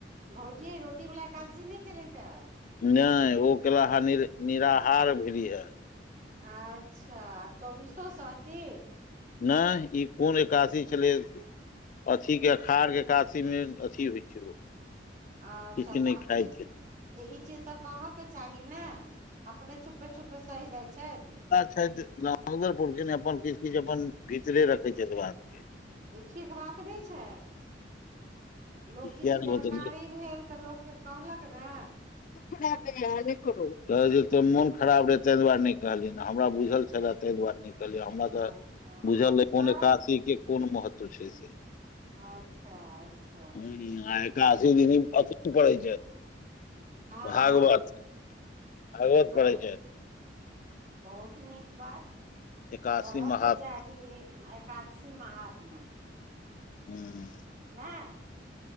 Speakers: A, on the right; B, on the left.
A: भौजी रोटी बला एकादशी नय केलेथ हऽ
B: नय ओ केला अह नि निराहार भेलीह
A: अच्छा आब चौबीसो सहती
B: नएह ई कोन एकादशी छलै अथी के अखार के एकादशी सी में अथी होइ छै ओ
A: अच्छा
B: किछु नहि
A: तऽ
B: खाइ
A: ई
B: छै
A: तऽ ई चीज तऽ कहयके चाही नै अपने चुपे चुप सहय जाइ छैथ
B: छैथ <unintelligible> अपन किछ चीज अपन भीतरे रखे छैथ बात के
A: इ ठीक बात नय छैय लोक
B: किया
A: किछ
B: नहि
A: जानकारी
B: बतेलियै
A: भेल तऽ लोक के कहलक ने
B: मोन खराब रहे तैं दुआरे नय कहलिय हमरा बुझल छले तैं दुआरे नै कहलिय हमरा
A: अच्छा
B: तऽ
A: आर
B: बुझल रहे
A: सब
B: कौन कशी के कोन महत्व छै से
A: अच्छा
B: हूं एकादशी दिन अथि परहेत छैथ
A: आँ
B: भागवत भागवत
A: हँ
B: पढेत छैथ
A: बहुत नीक बात
B: एकासी
A: पढ़ऽके
B: महात्म
A: चाही एकादशी मे महात्म
B: हूँ
A: नय